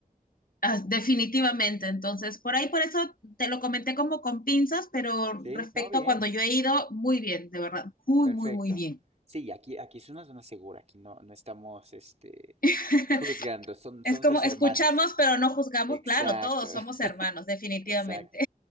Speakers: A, on the left; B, on the right.
A: Ah, definitivamente, entonces por ahí, por eso te lo comenté como con pinzas, pero
B: Sí,
A: respecto
B: no, bien,
A: a cuando yo he ido, muy bien, de verdad, muy,
B: perfecto.
A: muy, muy bien.
B: Sí, aquí, aquí es una zona segura, aquí no, no estamos este,
A: <laughs>
B: juzgando, son, son
A: Es
B: nuestros
A: como escuchamos,
B: hermanos.
A: pero no juzgamos,
B: Exacto,
A: claro, todos
B: <laughs>
A: somos hermanos, definitivamente.
B: exacto.